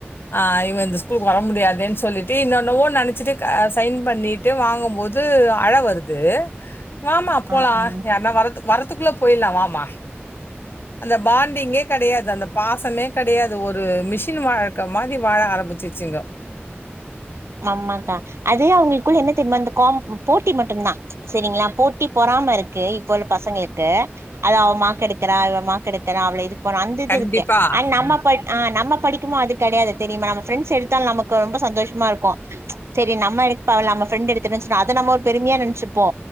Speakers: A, on the left; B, on the right.
A: ஆ இவ இந்த ஸ்கூலுக்கு வர முடியாதேன் சொல்லிட்டு இன்னென்னவோ நெனைச்சிட்டு சைன் பண்ணிட்டு வாங்கும் போது அழ வருது வாமா போலா
B: ஆ ஆ
A: யார்னா வரத் வரத்துக்குள்ள போயிலா வா மா அந்த பாண் டிங்கே கெடையாது அந்த பாசமே கெடையாது ஒரு மிஷின் வாழ்க்க மாரி வாழ ஆரம்பிச்சிச்சுங்க
B: ஆமாக்கா அது அவுங்ளுக்குள்ள என் ன தெரிமா இந்த காம் போட்டி மட்டுந்தா சரிங்ளா போட்டி பொறாம இருக்கு இப்போ உள்ள பசங்ளுக்கு அத அவ மார்க் எடுக்கறா இவ மார்க் எடுக்கறா அவள அப்புறோ அந்த இது
A: கண்டிப்பா.
B: இருக்கு அ நம்ம
A: ம்.
B: போய் அ நம்ம.. படிக்குமா அது கிடையாது தெரியுமா நம்ம ஃப்ரெண்ஸ் எடுத்தால் நமக்கு ரொம்ப சந்தோஷமா இருக்கு சேரி நம்ம எடுத்தாலு நம்ம ஃப்ரெண்டு எடுத்துட்டனு சொ அத நம்ம ஒரு பெருமையா நென்சுப்போ